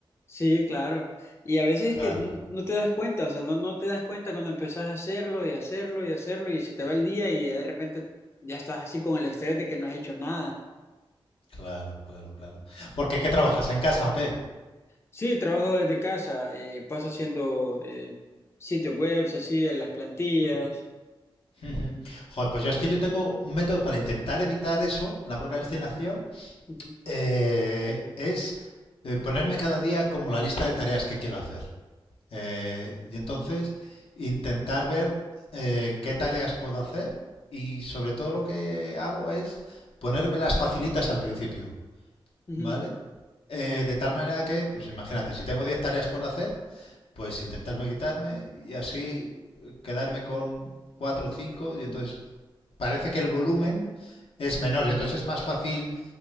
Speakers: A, on the left (about 30°); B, on the left (about 80°).
A: sí, claro. Y a veces
B: Claro,
A: es que n- no te das cuenta, o sea, no, no te das cuenta cuando empezás a hacerlo y hacerlo y hacerlo y se te va el día y ya de repente ya estás así con el estrés de que no has hecho nada.
B: claro, claro, claro. ¿Por qué? ¿Qué trabajas en casa o qué?
A: Sí, trabajo desde casa, eh, paso haciendo eh, sitios webs, así, en las plantillas.
B: Ujú. Joder, pues yo es que yo tengo un método para intentar evitar eso, la procrastinación,
A: Ujú,
B: eh, es eh, ponerme cada día como la lista de tareas que quiero hacer. Eh, y entonces intentar ver eh, qué tareas puedo hacer y sobre todo lo que hago es ponérmelas facilitas al principio.
A: ujú,
B: ¿vale? Eh, de tal manera que, pues imagínate, si tengo 10 tareas por hacer, pues intentarme quitarme y así eh, quedarme con 4 o cinco y entonces parece que el volumen es menor y entonces es más fácil